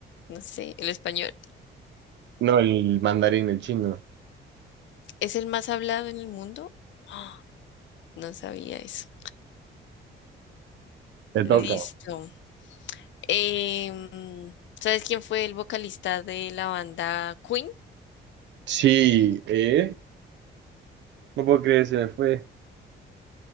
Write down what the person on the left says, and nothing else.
no sé, el español.
¿Es el más hablado en el mundo? Ah, no sabía eso.
Listo.
Em, ¿sabes quién fue el vocalista de la banda Queen?